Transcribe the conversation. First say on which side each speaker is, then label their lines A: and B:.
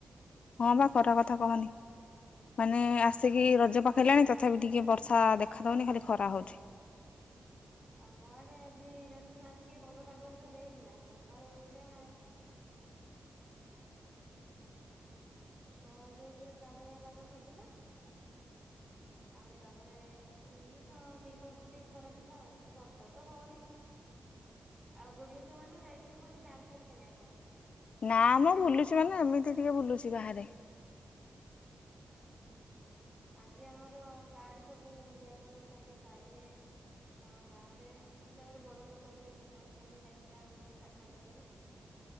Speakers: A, on the left; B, on the right.
A: ହଁ ବା ଖରା କଥା କହନି। ମାନେ ଆସିକି ରଜ ପାଖେଇଲାଣି ତଥାପି ଟିକେ ବର୍ଷା ଦେଖା ଦେଉନି ଖାଲି ଖରା ହେଉଛି।
B: ଆମ ଆଡ଼େ ଆଜି ଜାଣିଛୁ ନା ଆଜି ଟିକେ ଭଲ ପାଗ ହେଲେ ଦେଇଥିଲା ସକାଳୁ ଓଳିଟା କ ଅଯୋଉ ପୁରା କାଉଳିଆ ପାଗ କରିଥିଲା। ଆଉ ତା ପରେ <unintelligible> ଦିପହର ଟା ଟିକେ ଖରା ଦେଲା ବର୍ଷା ତ ହେଉନି।
A: <unintelligible>
B: ଆଉ ବୁଲି ଯିବ ନା ମାନେ ଯାଇଥିବୁ ବୋଧେ ପ୍ୟାଣ୍ଟ, ସାର୍ଟ କିଣିବା ପାଇଁ।
A: ନା ମ ବୁଲୁଛି ମାନେ ଏମିତି ଟିକେ ବୁଲୁଛି ବାହାରେ।
B: ହୁଁ ଆଜି ଆମର କାର୍ଡ ସବୁ ଦିଆଗଲା ସବୁ ସାଇ ରେ। ଆଉ ଗାଁରେ ତା ପରେ ବଡ଼ ଲୋକ ଯିଏ ଅଛନ୍ତି ନେତା ଆମର ଏଇ ପାଖାପାଖି ରେ।
A: <unintelligible>